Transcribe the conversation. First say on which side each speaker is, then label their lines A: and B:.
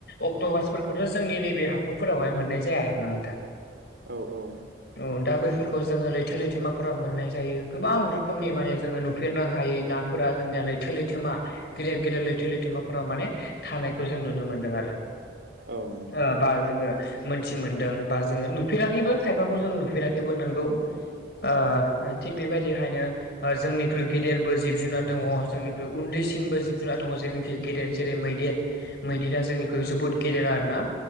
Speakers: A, on the left; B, on the right.
A: अक्ट'भासफोरखौथ' जोंनि नैबे हा खरफोरावहाय मोननाय जाया आरो ना नोंथां।
B: औ औ
A: औ दा बैफोरखौ जोङो लैथो लैथोमाफोराव मोननाय जायो गोबां रोखोमनि माने जोङो नुफेरनो हायै ना फोरा जोंनिया लैथो लैथोमा गेदेर गेदेर लैथो लैथोमाफोराव माने थानायखौ जों नुनो मोन्दों आरो।
B: औ नोंथां
A: ओ बा जोङो मोनथि मोन्दों बा जोङो नुफेराखैबो खायफाखौ जों नुफेराखैबो नोंगौ। ओ थिग बेबायदिखायनो ओ जोंनिख्रुइ गदेरबो जिब जुनार दङ जोंनिख्रुइ उन्दैसिनबो जिब जुनार दङ जोंनिख्रुइ गेदेर जेरै मैदेर मैदेरा जोंनिख्रुइ जोबोद गेदेर आरो ना।